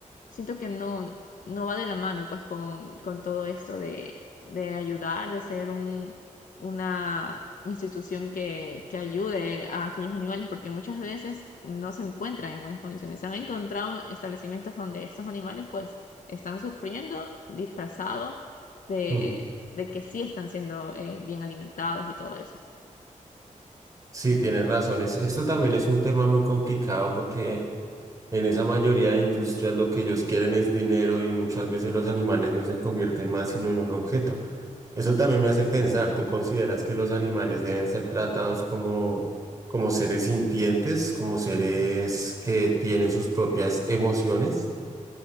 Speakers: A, on the left (about 80°); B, on the right (about 25°).
A: siento que no, no va de la mano pues con, con todo esto de, de ayudar, de ser un, una institución que, que ayude a aquellos animales, porque muchas veces no se encuentran en buenas condiciones. Se han encontrado establecimientos donde estos animales pues están sufriendo disfrazados de,
B: Mm.
A: de que sí están siendo eh, bien alimentados y todo eso.
B: Sí, tienes razón. Es- Esto también es un tema muy complicado porque en esa mayoría de industrias lo que ellos quieren es dinero y muchas veces los animales no se convierten más sino en un objeto. Eso también me hace pensar, ¿tú consideras que los animales deben ser tratados como, como seres sintientes, como seres que tienen sus propias emociones?